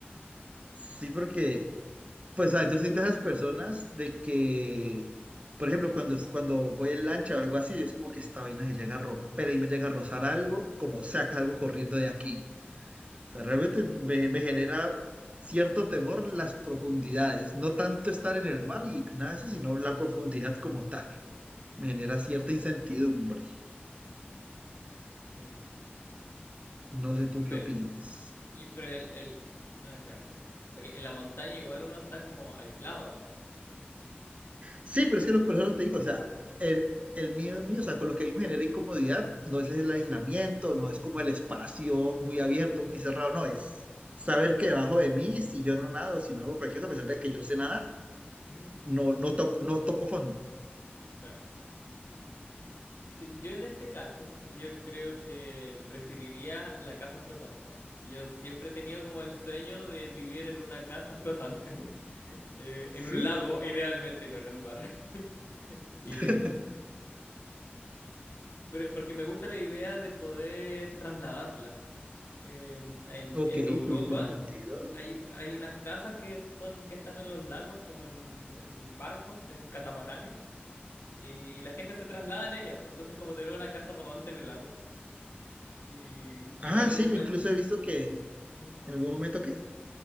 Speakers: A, on the right (about 35°); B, on the left (about 70°).
A: Sí, porque, pues, ah, yo soy de esas personas de que, por ejemplo, cuando, es- cuando voy en lancha o algo así, es como que esta vaina se llega a romper y me llega a rozar algo, como saca algo corriendo de aquí. sea, realmente me, me genera cierto temor las profundidades, no tanto estar en el mar y nace, sino la profundidad como tal.
B: Mm.
A: Me genera cierta incertidumbre.
B: Ujú.
A: No sé tú qué
B: Pero,
A: opines.
B: y, pero el, el... Ah, claro, entiendo. Porque en la montaña igual uno está como aislado también.
A: Sí, pero es que los personas te digo, o sea, el, el miedo mío, o sea, con lo que a mí me genera incomodidad, no es el aislamiento, no es como el espacio muy abierto, muy cerrado, no,
B: Mm.
A: es saber que debajo de mí, si yo no nado, si no hago cualquier cosa, a pesar de que yo sé nadar,
B: Ujú.
A: no, no toco, no toco fondo.
B: Claro. Sí, yo en este caso, yo creo que preferiría la casa flotante. Yo siempre he tenido como el sueño de vivir en una casa flotante, <laughs> eh, en
A: Sí,
B: un lago, idealmente, no en el mar. <laughs> Y,
A: <laughs>
B: em, pero- porque me gusta la idea de poder trasladarla. Eh, en,
A: ok,
B: en Europa
A: sí, tiene sentido.
B: hay, hay unas casas que son, que están en los lagos, como en, en barcos, en catamaranes, y la gente se traslada en ellas. Entonces, como tener una casa rodante en el agua. Y, y
A: Ah,
B: en algún
A: sí,
B: momento.
A: yo incluso he visto que
B: ¿Mm?
A: en algún momento que,